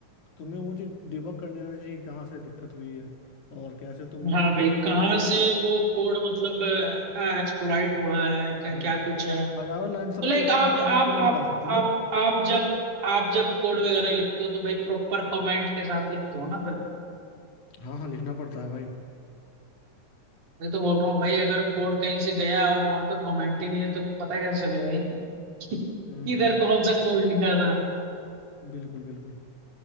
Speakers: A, on the left; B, on the right.
A: तुम्हें वो चीज़ डिबग करने आना चाहिए कि कहाँ से दिक्कत हुई है और कैसे तुम
B: हाँ भाई कहाँ से वो कोड मतलब एक्सप्लॉइट हुआ है क्या
A: हम्म
B: क्या कुछ है
A: हजार लाइन
B: तो
A: सब
B: लाइक
A: कोड
B: आप
A: तुम चैट जीपीटी
B: आप
A: में
B: आप
A: निकाल सकते हो
B: आप
A: ना
B: आप जब आप जब कोड वगैरह लिखते हो तो भाई प्रॉपर कमेंट के साथ लिखते हो ना
A: हाँ हाँ लिखना पड़ता है भाई
B: मैं तो बोल रहा हूँ भाई अगर कोड कहीं से गया और वहां पे कमेंट ही नहीं है तो पता कैसे चले भाई <laughs> कि
A: हम्म
B: इधर
A: हम्म
B: कौन सा कोड लिखा था
A: बिल्कुल बिल्कुल